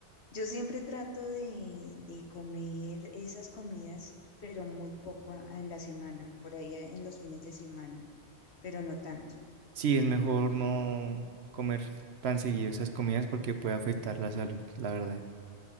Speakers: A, on the left; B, on the right.
A: Yo siempre trato de, de comer esas comidas, pero muy poco a- en la semana, por ahí en los fines de semana, pero no tanto.
B: Sí, es mejor no comer tan seguido esas comidas porque puede afectar la salud, la verdad.